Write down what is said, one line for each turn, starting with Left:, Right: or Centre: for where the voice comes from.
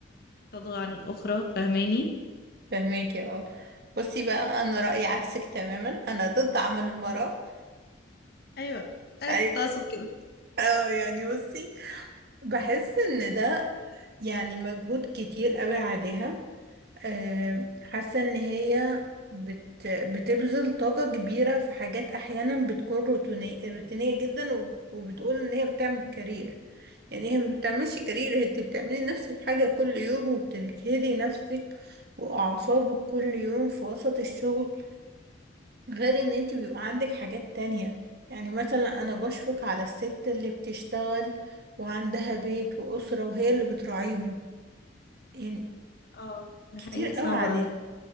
Left: تضغى عن الأخرى فاهماني
Right: فهميكي اه بصي بقى أنا رأيي عكسك تماما أنا ضد عمل المرأة
Left: ايوه انا
Right: أيوة
Left: كنت اقصد كده
Right: اه يعني بصي بحس إن ده يعني مجهود كتير قوي عليها آم، حاسة ان هي بت بتبذل طاقة كبيرة في حاجات احيانا بتكون روتينية روتينية جدا وب- وبتقول ان هي بتعمل كارير يعني هي ما بتعملش كارير انت بتعملي نفس الحاجة كل يوم وبتجهدي نفسك واعصابك كل يوم في وسط الشغل غير ان انت بيبقى عندك حاجات تانية يعني مثلا انا بشفق على الست اللي بتشتغل وعندها بيت وأسرة وهي اللي بتراعيهم يعني
Left: اه ده
Right: كتير
Left: حقيقي
Right: قوي
Left: صعب
Right: عليها
Left: أوي